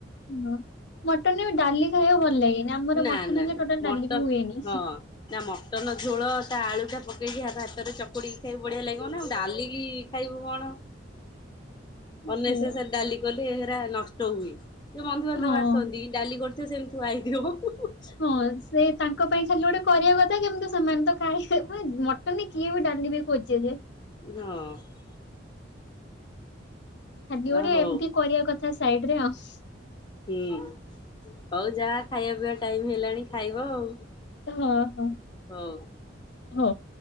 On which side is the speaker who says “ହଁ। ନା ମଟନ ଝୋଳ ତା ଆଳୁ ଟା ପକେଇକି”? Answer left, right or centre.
Left